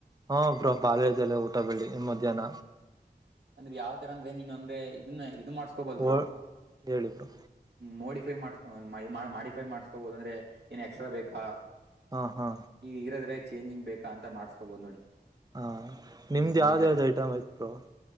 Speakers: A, on the right; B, on the right.
A: ಹಾ ಬ್ರೋ ಬಾಳೆದೆಲೆ ಊಟ ಬಳ್ಳಿ ಮಧ್ಯಾಹ್ನ
B: ಅಂದ್ರೆ ಯಾವ ತರ ಅಂದ್ರೆ ನೀನು ಅಂದ್ರೆ ಇದನ್ನ ಇದ ಮಾಡಸ್ಕೊಬೋದ ಬ್ರೊ
A: ಓ ಹೇಳಿ ಬ್ರೋ
B: ಮೋಡಿಫೈ ಮಾಡ್ಸ್ಕೊ ಮಾಡಿಫೈ ಮಾಡ್ಸ್ಕೋಬಹುದ ಅಂದ್ರೆ ಏನ್ ಎಕ್ಸ್ಟ್ರಾ ಬೇಕಾ
A: ಹಾ ಹಾ
B: ಈಗ ಇರದ್ರೆ ಚೇಂಜಿಂಗ್ ಬೇಕಾ ಅಂತ ಮಾಡ್ಸ್ಕೋಬೋದು ನೋಡಿ
A: ಹಾ ನಿಮ್ದ್
B: ಹ್ಮ್
A: ಯಾವ್ದ
B: ಈ ತರ
A: ಯಾವ್ದ್ ಐಟಮ್ ಇತ್ತು